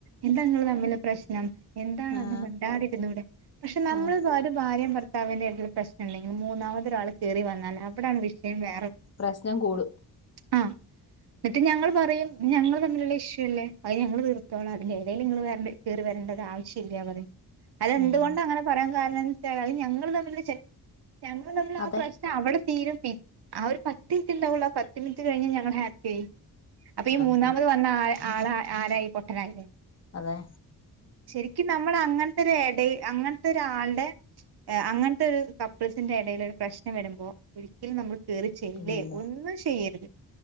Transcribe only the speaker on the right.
എന്താ ങ്ങള് തമ്മില് പ്രശ്നം എന്താണ്
ഒന്നു മിണ്ടാതിരുന്നൂടെ പക്ഷെ നമ്മള്
ഒരു ഭാര്യ ഭർ ത്താവിന്റെറ്റുള്ള പ്രശ്നംണ്ടെങ്കിൽ മൂന്നാമത് ഒരാൾ കേറി വന്നാൽ അവിടാണ് വിഷയം വേ
ആഹ് ന്നിട്ട് ഞങ്ങൾ പറയും ഞങ്ങൾ തമ്മിലുള്ള ഇഷ്യൂ അല്ലേ അത് ഞങ്ങൾ തീർ തോള അതിൻ്റെടീൽ ങ്ങള് വരണ്ടേ കയറി വരണ്ട ആവശ്യമില്ല പറയും അതെന്തുകൊണ്ട്
അങ്ങനെ പറയാൻ കാരണം ന്ന്ച്ചാൽ അ ഞങ്ങൾ തമ്മിൽ ചെ ഞങ്ങൾ തമ്മിൽ ആ
പ്രശ്നം അവിടെ തീരും പി ആ ഒരു പത്ത് മിനിറ്റ്ണ്ടാവുള്ളൂ ആ പത്ത് മിനിറ്റ് കഴിഞ്ഞ ഞങ്ങൾ ഹാപ്പി ആയി അപ്പൊ ഈ
മൂന്നാമത് വന്ന ആ ആള് ആ ആരായി പൊട്ടനായി
ശരിക്കും നമ്മൾ അങ്ങനത്തെ ഒരു എടയ് അങ്ങൻത്തെ ഒരാൾടെ അങ്ങൻത്തെ ഒരു കപ്പിൾസിന്റെ ഇടയിൽ ഒരു പ്രശ്നം വരുമ്പോ ഒരിക്കലും നമ്മൾ കേറിച്ചെല്ലേ
ഒന്നും ചെയ്യരുത്